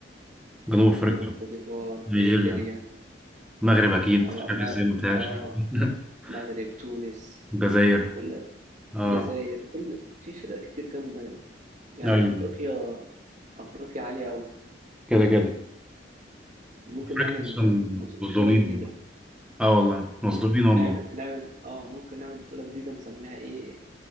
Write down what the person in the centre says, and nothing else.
جنوب افريقيا
نيجيريا
المغرب اكيد
مش عارف
ازاي ما قلتهاش
<laughs>
الجزائر
اه
ايوه
كده كده
افريقيا
اصلا
مظلومين
والله اه والله مظلومين
والله